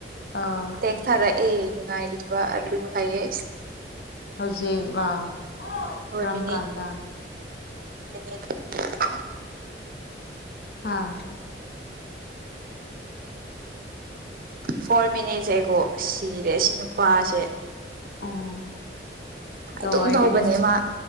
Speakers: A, on the left; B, on the right.
A: ꯑꯥ
B: ꯇꯦꯛ ꯊꯥꯔꯦ꯫ ꯑꯦ ꯅꯨꯡꯉꯥꯏꯔꯤꯕ ꯑꯗꯨ ꯍꯥꯏꯌꯦ꯫
A: ꯍꯧꯖꯤꯛ ꯂꯣ
B: ꯍꯣꯏ
A: ꯀꯥꯔꯝ
B: ꯃꯤꯅꯤꯠ
A: ꯀꯥꯟꯗ꯫
B: <unintelligible>
A: ꯍꯥꯥ꯫
B: ꯐꯣꯔ ꯃꯤꯅꯦꯠꯖ ꯑꯦꯒꯣ ꯁꯤꯔꯦ ꯁꯤ ꯅꯨꯄꯥꯁꯦ꯫
A: ꯎꯝ
B: ꯑꯗꯨꯝ
A: ꯂꯣꯏꯔꯦ
B: ꯇꯧꯕꯅꯦ ꯃꯥ꯫